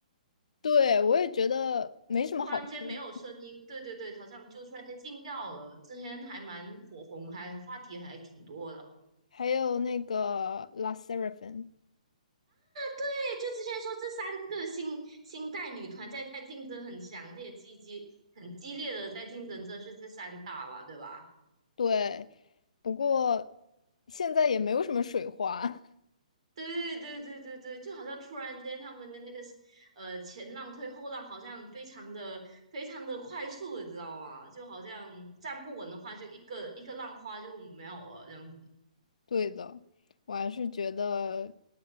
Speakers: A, on the left; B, on the right.
A: 对，我也觉得没什么好说
B: 突然间没有声音，对对对，好像就突然间静掉了。之前还蛮火红，还话题还挺多的。
A: 还有那个 La Sserafin，t
B: 对，就之前说这三个新新代女团在在竞争很强烈、激激很激烈的在竞争，这是这三大嘛，对吧？
A: 对，不过现在也没有什么水花。<laughs>
B: 对对对对对，就好像突然间他们的那个呃前浪推后浪，好像非常的非常的快速，你知道吗？就好像站不稳的话，就一个一个浪花就没有了这样子。
A: 对的，我还是觉得，